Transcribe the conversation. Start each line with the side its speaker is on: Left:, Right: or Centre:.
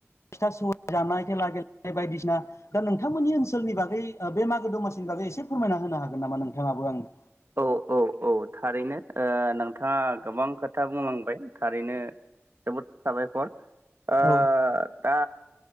Left: फिथा सौराय जानाय खेला गेलेनाय बायदिसिना दा नोंथांमोननि ओनसोलनि बागै ओ बे मागो दमासिनि बागै एसे फोरमायना होनो हागोन नामा नोंथाङाबो आंनो?
Right: औ औ औ थारैनो ओ नोंथाङा गोबां खोथा बुंलांबाय थारैनो जोबोद साबायखर ओ
Left: औ
Right: दा